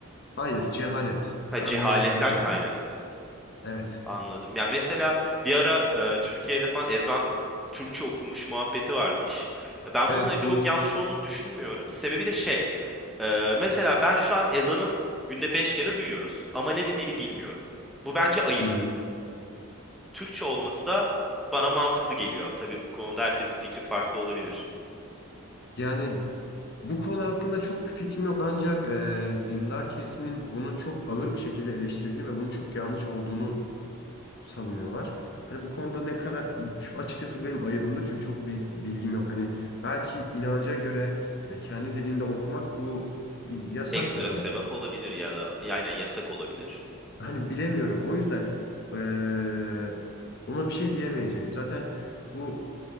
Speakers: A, on the left; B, in the centre.
A: Hayır, cehalet.
B: Ha,
A: Ben
B: cehaletten
A: bunu cehalete
B: kaynaklı.
A: buluyorum. Evet.
B: Anladım. Ya mesela bir ara e, Türkiye'de falan ezan Türkçe okumuş muhabbeti varmış. Ya ben
A: Evet
B: bunun hani çok
A: bu.
B: yanlış olduğunu düşünmüyorum. Sebebi de şey, e, mesela ben şu an ezanın günde beş kere duyuyoruz ama ne dediğini bilmiyorum. Bu bence ayıp.
A: Hı hı.
B: Türkçe olması da bana mantıklı geliyor. Tabii bu konuda herkesin fikri farklı olabilir.
A: Yani bu konu hakkında çok bir fikrim yok ancak e, dindar kesimin bunu çok ağır bir şekilde eleştirdiğini ve bunun çok yanlış olduğunu savunuyorlar. Hani bu konuda ne kadar açıkçası bu benim ayıbımda çünkü çok bir bilgim yok. Hani belki inanca göre e, kendi dilinde okumak bu yasaktır
B: Ekstra
A: belki
B: sevap
A: de.
B: olabilir ya da aynen yasak olabilir.
A: Hani bilemiyorum. O yüzden eee, ona bir şey diyemeyeceğim. Zaten bu